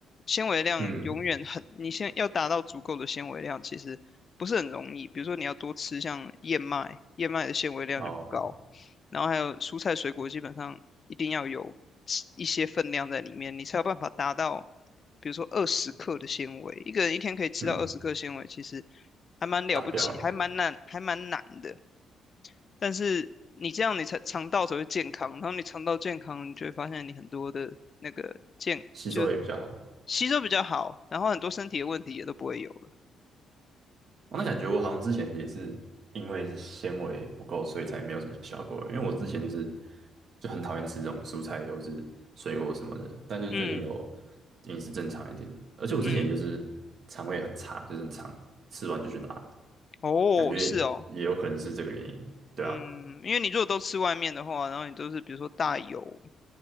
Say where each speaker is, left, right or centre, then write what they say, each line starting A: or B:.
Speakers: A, on the left; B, on the right.
A: 纤维量永远很，
B: 嗯
A: 你先要达到足够的纤维量，其实不是很容易。比如说你要多吃像燕麦，燕麦的纤维量就很高，
B: 哦
A: 然后还有蔬菜水果基本上一定要有吃一些分量在里面，你才有办法达到，比如说二十克的纤维，一个人一天可以吃到二十克纤维，
B: 嗯
A: 其实还蛮了不起，
B: 达标了，
A: 还蛮难，还蛮难的。但是你这样，你才肠道才会健康，然后你肠道健康，你就会发现你很多的那个健就是
B: 吸收也比较好。
A: 吸收比较好，然后很多身体的问题也都不会有了。
B: 我、那感觉我好像之前也是因为是纤维不够，所以才没有什么效果。因为我之前就是就很讨厌吃这种蔬菜或是水果什么的，但就是最近有
A: 嗯
B: 饮食正常一点，而且我之前就是肠胃很差，
A: 嗯，
B: 就是很常吃完就去拉，
A: 哦，
B: 感觉也有可能是这个原因。
A: 是哦。
B: 对啊，
A: 嗯，因为你如果都吃外面的话，然后你都是比如说大油、